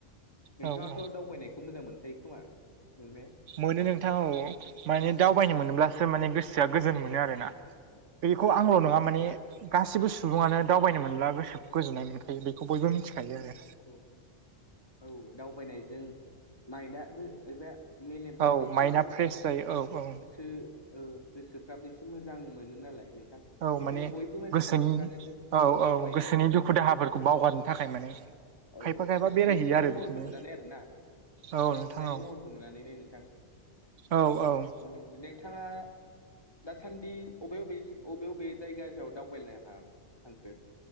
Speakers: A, on the left; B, on the right.
A: नोंथाङाथ'
B: औ औ
A: दावबायनायखौ मोजां मोनखायो खोमा? नोंने
B: मोनो नोंथां औ माने दावबायनो मोनोब्लासो माने गोसोआ गोजोन मोनो आरोना। बेखौ आंल' नङा माने
A: औ
B: गासिबो सु सुबुंङानो दावबायनो मोनब्ला गोसोखौ गोजोननाय मोनखायो बेखौ बयबो मिथिखायो आरो
A: औ औ दावबायनायजों माइनड दाबो एबा मेलेमफ्राबो
B: औ
A: एसे
B: माइन्दआ फ्रेस जायो औ औ
A: सो ओ गोसोफ्राबो एसे मोजां मोनो नालाय नोंथां।
B: औ
A: बेखायनो
B: माने
A: बयबो मानसि
B: गोसोनि
A: सुबुंफ्रानो
B: औ
A: दावबायनो
B: औ गोसोनि
A: उम
B: दुखु दाहाफोरखौ बावगारनो थाखाय माने
A: औ
B: खायफा खायफा बेरायहैयो
A: मिथिंगानि
B: आरो
A: महरखौ
B: बिदिनो
A: नुनानै आरो ना
B: औ
A: मिथिंगानि
B: नोंथां औ
A: महरखौ नुनानैनो नोंथां
B: औ औ
A: ओम नोंथाङा दासान्दि बबे बबे बबे बबे जायगा सायाव दावबायलायनो ह थांखो?